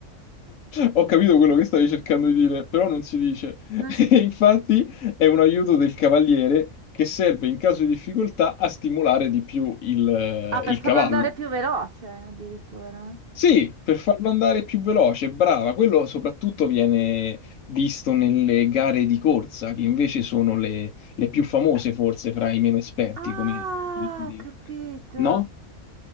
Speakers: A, on the left; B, on the right.
A: Ho capito quello che stavi cercando di dire, però non si dice. <laughs>
B: Non si
A: E
B: dice.
A: Infatti è un aiuto del cavaliere che serve in caso di difficoltà a stimolare di più il, eh,
B: Ah, per
A: il
B: farlo
A: cavallo.
B: andare più veloce addirittura.
A: Sì, per farlo andare più veloce, brava. Quello soprattutto viene visto nelle gare di corsa, che invece sono le, le più famose forse fra i meno esperti,
B: Ah,
A: come gare.
B: ho capito,
A: No?